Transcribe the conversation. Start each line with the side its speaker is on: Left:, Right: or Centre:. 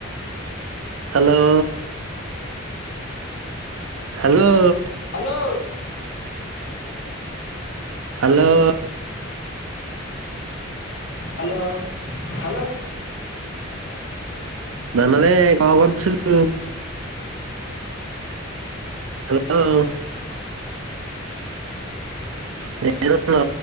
Right: Hello. Hello.
Left: Hello.
Right: Hello.
Left: Hello, hello.
Right: ଧନରେ କଣ କରୁଛୁ? ହ୍ୟାଲୋ। <inaudible> ଲ